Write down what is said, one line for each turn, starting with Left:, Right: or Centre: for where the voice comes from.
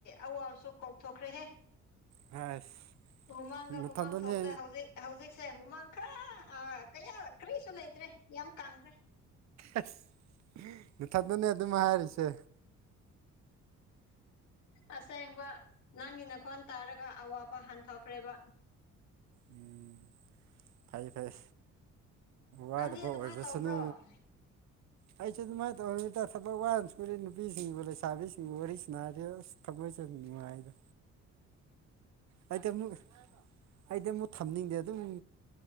Left: ꯑꯋꯥꯕꯁꯨ ꯀꯥꯎꯊꯣꯛꯈ꯭ꯔꯦꯍꯦ꯫
Right: ꯑꯁ꯫
Left: ꯍꯨꯃꯥꯡꯒ
Right: ꯅꯊꯟꯗꯅꯦ
Left: ꯍꯨꯃꯥꯡ ꯊꯣꯛꯕꯗ ꯍꯧꯖꯤꯛ꯫ ꯍꯧꯖꯤꯛꯁꯦ ꯍꯨꯃꯥꯡ ꯈꯔ ꯑꯥ ꯀꯌꯥ ꯀ꯭ꯔꯤꯁꯨ ꯂꯩꯇ꯭ꯔꯦ ꯌꯥꯝ ꯀꯥꯡꯈ꯭ꯔꯦ꯫
Right: ꯑꯁ ꯅꯊꯟꯇꯅꯦ ꯑꯗꯨꯝ ꯍꯥꯏꯔꯤꯁꯦ꯫
Left: ꯑꯁꯦꯡꯕ ꯅꯪꯒꯤ ꯅꯈꯣꯟ ꯇꯥꯔꯒ ꯑꯋꯥꯕ ꯍꯟꯊꫭꯛꯈ꯭ꯔꯦꯕ꯫
Right: ꯎꯝ ꯐꯩ ꯐꯩ꯫ ꯋꯥꯗꯕ
Left: ꯅꯪꯗꯤ ꯑꯗꯨꯃꯥꯏꯅ
Right: ꯑꯣꯏꯔꯁꯨꯅ꯫
Left: ꯇꯧꯕ꯭ꯔꯣ
Right: ꯑꯩꯁꯨ ꯑꯗꯨꯃꯥꯏꯅ ꯇꯧꯔꯃꯤꯗ ꯊꯕꯛ ꯋꯥꯅ ꯁꯨꯔꯦ ꯅꯨꯄꯤꯁꯤꯡꯕꯨ ꯂꯩꯁꯥꯕꯤꯁꯤꯡꯕꯨ ꯋꯥꯔꯤ ꯁꯥꯟꯅꯔꯤ ꯑꯁ꯫ ꯊꯛꯃꯣꯏꯁ‌ꯦ ꯅꯨꯡꯉꯥꯏꯗ ꯍꯥꯏꯗꯤ ꯑꯃꯨꯛ꯫ ꯑꯩꯗꯤ ꯑꯃꯨꯛ ꯊꯝꯅꯤꯡꯗꯦ ꯑꯗꯨꯝ